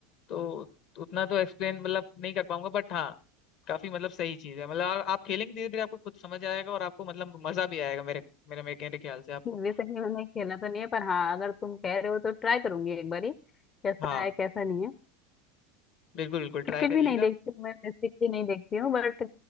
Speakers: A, on the left; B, on the left.
A: तो तो उतना तो एक्सप्लेन मतलब नहीं कर पाऊंगा बट हाँ काफी मतलब सही चीज है मतलब आप, आप खेलेंगे धीरे धीरे आपको खुद समझ आएगा और आपको मतलब मजा भी आएगा मेरे मेरे मेरे मेरे ख्याल से आपको
B: वैसे ही मैंने खेला तो नहीं है पर हाँ अगर तुम कह रहे हो तो ट्राई करूंगी एक बारी कैसा
A: हाँ
B: है कैसा नहीं है
A: बिल्कुल बिल्कुल
B: क्रिकेट
A: ट्राई करिएगा
B: भी नहीं देखती हूँ मैं बेसिकली नहीं देखती हूँ बट